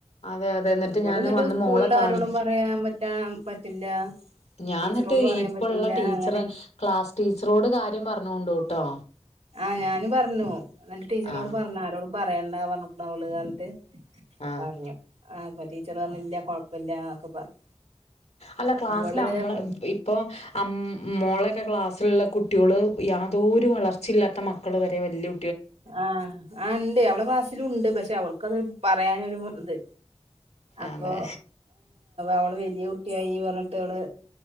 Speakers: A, on the left; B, on the right.
A: അതെ അതെ എന്നിട്ട്
B: ഇവള്
A: ഞാൻ
B: ഇന്നട്ട്
A: അന്ന്
B: സ്കൂളില്
A: മോളെ കാണി
B: ആരോടും പറയാൻ പറ്റാൻ പറ്റില്ല
A: ഞാൻ
B: ടീച്ചറോട്
A: എന്നിട്ട്
B: പറയാൻ
A: ഇപ്പള്ള
B: പറ്റില്ല
A: ടീച്ചറെ
B: അങ്ങനെ
A: ക്ലാസ് ടീച്ചറോട് കാര്യം പറഞ്ഞു ഓണ്ടുട്ടോ
B: ആഹ് ഞാന് പറഞ്ഞു ഇന്നട്ട് ടീച്ചറോട്
A: ആഹ്
B: പറഞ്ഞു ആരോടും പറയണ്ട പറഞ്ഞ്ക്കുണു അവള് പറഞ്ഞിട്ട്
A: ആഹ്
B: പറഞ്ഞു ആ അപ്പ ടീച്ചർ പറഞ്ഞ് ഇല്ല കൊഴപ്പല്ല ഒക്കെ പറഞ്ഞു
A: അല്ല ക്ലാസ്സില്
B: ഇവള്
A: മ്മളെ
B: ഉം
A: ഇപ്പോ മോളെക്കെ ക്ലാസ്സിലുള്ള കു ട്ടിയാൾ യാതോരു വളർച്ചയില്ലാത്ത മക്കൾ വരെ വല്ലിയ
B: ആഹ് ആഹ് ഉണ്ടെ അവളെ ക്ലാസ്സിലുണ്ട് പക്ഷെ അവൾക്കത് പറയാനൊരു മ ഇത് അപ്പൊ
A: അതെ
B: അവള് വലിയ കുട്ടിയായി പറഞ്ഞിട്ട് അവള്